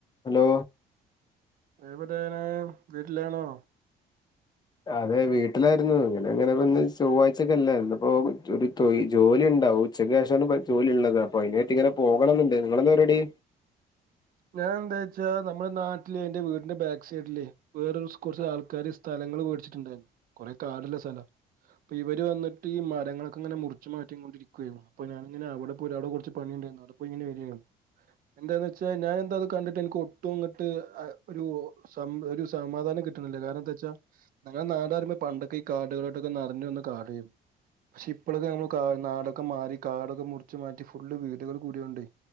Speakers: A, on the left; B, on the right.
A: ഹലോ
B: എവിടെന വീട്ടിലാണോ
A: അതെ വീട്ടിലായിരുന്നു ഇങ്ങനെ അങ്ങനെ ഇപ്പ ഇന്ന് ചൊവ്വാഴ്ചക്കല്ലേ എന്നപ്പോൊ ഒരു തൊയ് ജോലി ഉണ്ടാവും ഉച്ചയ്ക്ക് ശേഷാണ് ജോലി ഉള്ളത് അപ്പൊ അതിനട്ട് ഇങ്ങനെ പോകണംെന്നുണ്ട് നിങ്ങളെന്താ പപടി
B: ഞാൻ എന്താ വെച്ചാ നമ്മുടെ നാട്ടിലെ എന്റെ വീടിന്റെ ബാക്ക് സൈഡിലെ വേറ കുറച്ച് ആൾക്കാർ സ്ഥലങ്ങള് മേടിച്ചിട്ടുണ്ടായിരുന്നു കൊറെേ കാടുള്ള സ്ഥല അപ്പൊ ഇവര് വന്നിട്ട് ഈ മരങ്ങളൊക്കെ ഇങ്ങെറിച്ചച്ച് മാറ്റം കൊണ്ടിരിക്കുവായിരുന്നു അപ്പൊ ഞാനിങ്ങനെ അവിടെയി അവിടെ കുറ പണി ഉണ്ടായിരുന്നു അയി ഇങ്ങനെ വരുായിരുന്നു എന്താന്ന് വെച്ചാ പ ഞാൻ എന്താ കണ്ടിട്ട് എനിക്ക് ഒട്ടും അങ്ങിട്ട്് ഒരു ഒരു സമാധാനം കിട്ടണില്ല കാരണം എന്താ വച്ചാ ഞങ്ങളെ നാടരുുമ പണ്ടൊക്കെ ഈ കാടുകളായിട്ടൊക്കെ നിറഞ്ഞ വന്ന് കാടുകും പക്ഷെ ഇപ്പോഴൊക്കെ നമ്മൾ കാ നാടൊക്കെ മാറി കാടൊക്കെ മുറിമാറ്റി ഫുള്ള് വീടുകൾ കൂടോണ്ട്